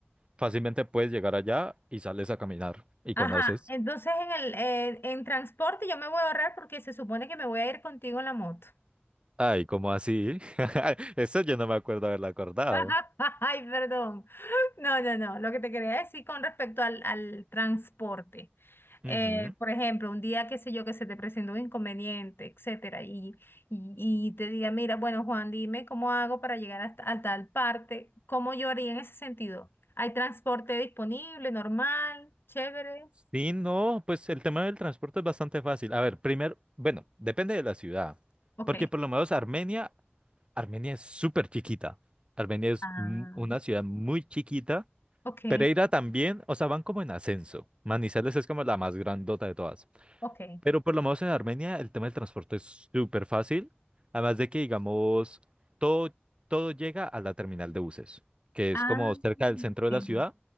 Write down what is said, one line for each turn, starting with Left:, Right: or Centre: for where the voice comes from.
Right: fácilmente puedes llegar allá y sales a caminar y conoces.
Left: Ajá, entonces en el eh, en transporte yo me voy a ahorrar porque se supone que me voy a ir contigo en la moto.
Right: Ay, ¿cómo así? <laughs> Eso yo no me acuerdo haberlo acordado.
Left: <laughs> Ay, perdón. No, no, no. Lo que te quería decir con respecto al, al transporte.
Right: Ujú.
Left: eh, por ejemplo, un día, qué sé yo, que se te presentó un inconveniente, etcétera, y, y, y te diga, mira, bueno, Juan, dime cómo hago para llegar hasta, a tal parte, ¿cómo yo haría en ese sentido? ¿Hay transporte disponible, normal, chévere?
Right: Sí, no, pues el tema del transporte es bastante fácil. A ver, primero, bueno, depende de la ciudad,
Left: Ok.
Right: porque por lo menos Armenia, Armenia es súper chiquita. Armenia es
Left: Ah,
Right: mu- una ciudad muy chiquita
Left: ok,
Right: Pereira también, o sea, van como en ascenso. Manizales es como la más grandota de todas.
Left: ok.
Right: Pero por lo menos en Armenia el tema del transporte es súper fácil. Además de que, digamos, todo, todo llega a la terminal de buses, que es
Left: Ah,
Right: como cerca del centro de
Left: ok.
Right: la ciudad.